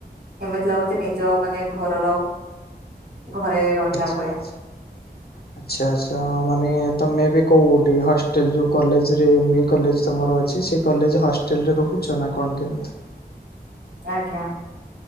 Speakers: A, on the right; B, on the left.
A: ଏମିତି ଲାଗୁଛି ନିଜ ମାନେ ଘରର ଘରେ ରହିଲା
B: ଆଛା
A: ଭଳିଆ
B: ଆଛା। ଆଛା ଆଛା ମାନେ ତମେ ଏବେ କୋଉଠି ହଷ୍ଟେଲ ଯୋଉ କଲେଜରେ ଏମ ବି ଏ କଲେଜ ତମର ଅଛି ସେ କଲେଜ ହଷ୍ଟେଲ ରେ ରହୁଛ ନା କଣ କେମିତି।
A: ଆଜ୍ଞା।